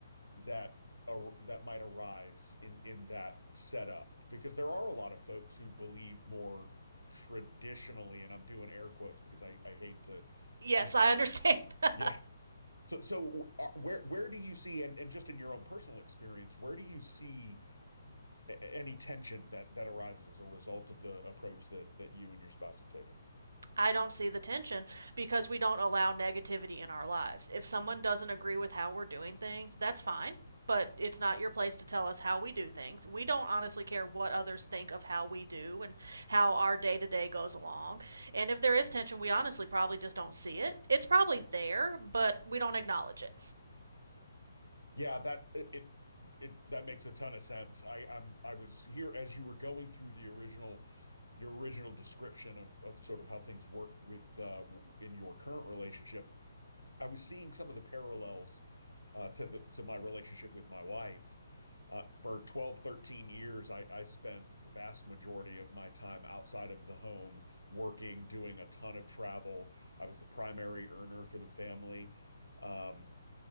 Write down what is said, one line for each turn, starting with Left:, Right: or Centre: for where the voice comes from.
Left: that ar that might arise in in that setup because there are a lot of folks who believe more traditionally, and I'm doing air quotes because I I hate to
Right: yes
Left: suggest.
Right: i understand
Left: it.
Right: <laughs>
Left: Yeah. So so uh, where where do you see and and just in your own personal experience, where do you see a- any tension that that arises as a result of the approach that that you and your spouse have taken?
Right: I don't see the tension because we don't allow negativity in our lives. If someone doesn't agree with how we're doing things, that's fine, but it's not your place to tell us how we do things. We don't honestly care what others think of how we do and how our day to day goes along. And if there is tension, we honestly probably just don't see it. It's probably there, but we don't acknowledge it.
Left: Yeah, that it it that makes a ton of sense. I I'm I was here as you were going through the original your original description of of sort of how things work with uh w- in your current relationship. I was seeing some of the parallels uh to the to my relationship with my wife. Uh, for 12 13 years, I, I spent the vast majority of my time outside of the home, working, doing a ton of travel. I was the primary earner for the family. Um,